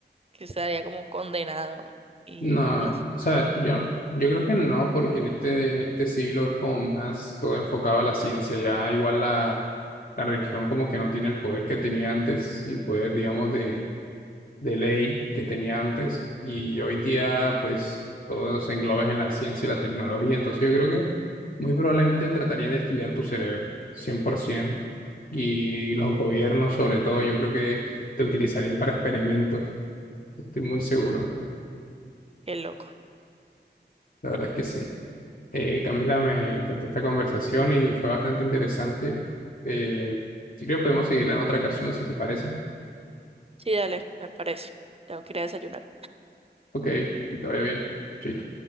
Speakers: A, on the right (about 35°); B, on the left (about 50°).
A: que estaría como condenado y
B: no,
A: no,
B: o sea, yo, yo creo que no, porque en este, en este siglo es como más todo enfocado a la ciencia, ya igual la, la religión como que no tiene el poder que tenía antes, el poder, digamos, de de ley que tenía antes y hoy día pues todo se engloba en la ciencia y la tecnología, entonces yo creo que muy probablemente tratarían de estudiar tu cerebro 100% y los gobiernos sobre todo yo creo que te utilizarían para experimentos, estoy muy seguro,
A: qué loco.
B: la verdad es que sí. Eh, Camila, me encantó esta conversación y fue bastante interesante. Eh, yo creo que podemos seguirla en otra ocasión si te parece.
A: Sí, dale, me parece. Tengo que ir a desayunar.
B: Ok, que te vaya bien. Chaito.